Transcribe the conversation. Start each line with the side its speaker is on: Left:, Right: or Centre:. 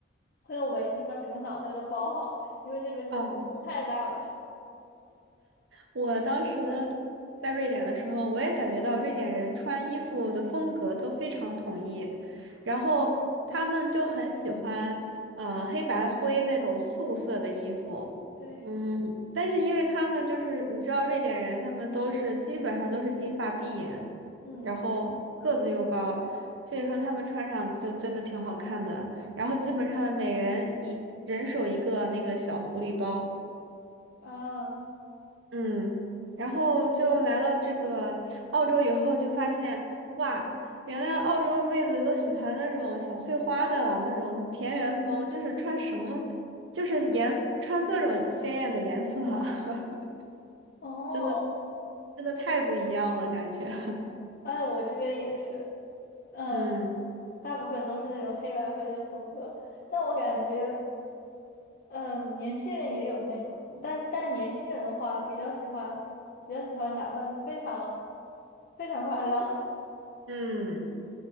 Left: 会用围巾把整个脑袋都包好，因为这边冬天风太大了。
Right: 哦。我当时在瑞典的时候，我也感觉到瑞典人穿衣服的风格都非常统一，然后他们就很喜欢呃黑白灰那种素色的衣服，
Left: <laughs> 对，
Right: 嗯，但是因为他们就是你知道瑞典人，他们都是基本上都是金发碧眼，
Left: 嗯
Right: 然后个子又高，所以说他们穿上就真的挺好看的，然后基本上每人一人手一个那个小狐狸包。
Left: 啊，
Right: 嗯，然后就来了这个澳洲以后，就发现哇，原来澳洲妹子都喜欢那种小碎花的那种田园风，就是穿什么，就是颜穿各种鲜艳的颜色，<laughs>
Left: 哦。
Right: 真的真的太不一样了，感觉。<laughs>
Left: 哎，我这边也是，嗯，
Right: 嗯
Left: 大部分都是那种黑白灰的风格，但我感觉，嗯，年轻人也有那种，但是但年轻人的话，比较喜欢，比较喜欢打扮的非常非常夸张，
Right: 嗯，